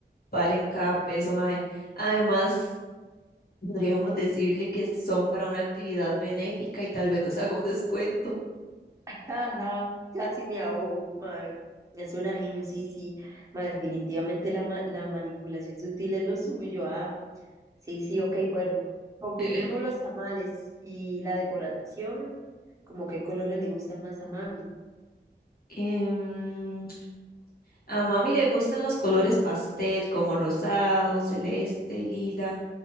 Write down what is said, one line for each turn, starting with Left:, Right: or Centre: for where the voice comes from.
Left: valen cada peso, mae. Además, podríamos decirle que son para una actividad benéfica y tal vez nos haga un descuento.
Right: Ajá, casi me ahogo, mae. Es una genio, sí, sí. mae, definitivamente la, ma- la manipulación sutil es lo suyo. Ah, sí, sí, ok, bueno. Confirmemos
Left: <clears throat>
Right: los tamales y la decoración, como qué colores le gustan más a mami.
Left: Em, a mami le gustan los colores pastel, como rosado, celeste, lila.